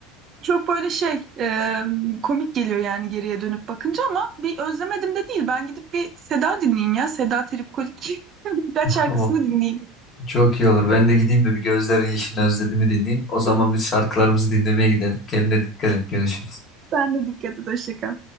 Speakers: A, on the right; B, on the left.
A: çok böyle şey e, komik geliyor yani geriye dönüp bakınca ama bir özlemedim de değil ben gidip bir Seda dinleyeyim ya Seda Trip Kuli <laughs> birkaç şarkısını
B: Ama
A: dinleyeyim.
B: çok iyi olur. Ben de gideyim de bir Gözlerin Yeşilini Özledim'i dinleyeyim. O zaman biz şarkılarımızı dinlemeye gidelim. Kendine dikkat et. Görüşürüz.
A: Ben de dikkat et. Hoşça kal.